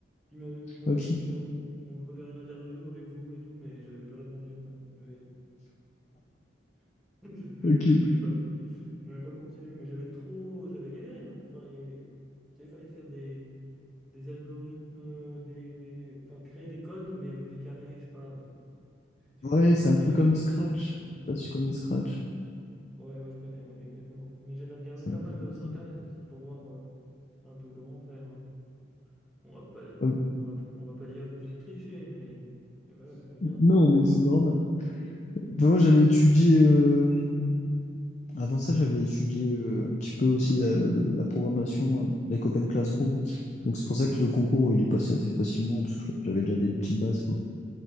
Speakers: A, in the centre; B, on the left.
A: Il m'avait il m'avait
B: Ok,
A: dit, euh, on peut faire une interview avec vous et tout, mais j'avais plus répondu après. J'avais- <laughs> Je
B: ok.
A: voulais pas, je voulais pas continuer, mais j'avais trop, j'avais galéré hein, pour faire les. Tu sais, il fallait faire des, des algorithmes, euh, des, enfin créer des codes, mais avec des carrés, je sais pas, euh, je sais
B: Ouais,
A: pas comment expliquer,
B: c'est un peu
A: mais
B: comme
A: j'ai-
B: Scratch. Je sais pas si tu connais Scratch.
A: ouais, ouais, je connais, ouais, exactement. Mais j'avais regardé
B: C'est
A: pas
B: un peu
A: mal
B: comme
A: euh, sur
B: ça.
A: Internet aussi pour voir euh, un peu comment faire. hein. On va pas,
B: Euh,
A: on va, on va pas dire que j'ai triché, mais, mais voilà, j'ai regardé
B: non,
A: quoi.
B: mais c'est normal. Ben, moi, j'avais
A: Ouais,
B: étudié. euh, Avant ça, j'avais étudié euh, un petit peu aussi la, le- la programmation euh, avec Open Classroom. Donc, c'est pour ça que le concours,
A: ok.
B: il est passé assez facilement, parce que je- j'avais déjà des petites bases, quoi.